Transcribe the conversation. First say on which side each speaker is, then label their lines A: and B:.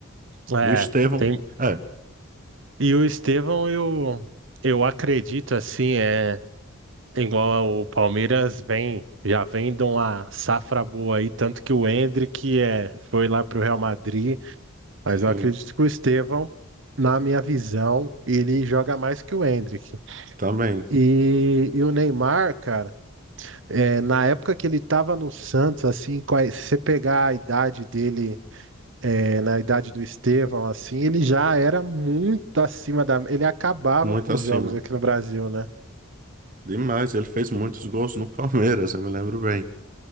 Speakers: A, on the right; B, on the right.
A: É,
B: E o Estevão,
A: tem
B: é,
A: E o Estevão, eu, eu acredito assim, é igual o Palmeiras vem, já vem de uma safra boa aí, tanto que o Endrick é, foi lá pro Real Madrid, mas
B: Sim,
A: eu acredito que o Estevão, na minha visão, ele joga mais que o Endrick.
B: também.
A: E, e o Neymar, cara, é, na época que ele tava no Santos, assim, quais- se você pegar a idade dele é, na idade do Estevão, assim, ele já era muito acima da. Ele acabava
B: Muito
A: com os
B: acima.
A: jogos aqui no Brasil, né?
B: Demais. Ele fez muitos gols no Palmeiras, eu me lembro bem.